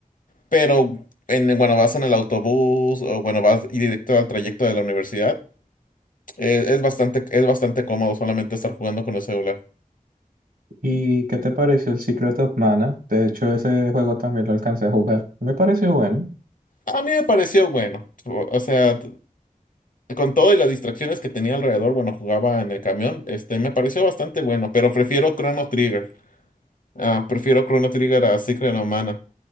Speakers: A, on the left; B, on the right.
A: pero en, cuando vas en el autobús o cuando vas directo al trayecto de la universidad, eh, es bastante es bastante cómodo solamente estar jugando con el celular.
B: ¿Y qué te pareció el Secret of Mana? De hecho, ese juego también lo alcancé a jugar. Me pareció bueno.
A: A mí me pareció bueno, o o sea. con todo y las distracciones que tenía alrededor, bueno, jugaba en el camión, este, me pareció bastante bueno, pero prefiero Chrono Trigger. Ah, prefiero Chrono Trigger a Secret of Mana.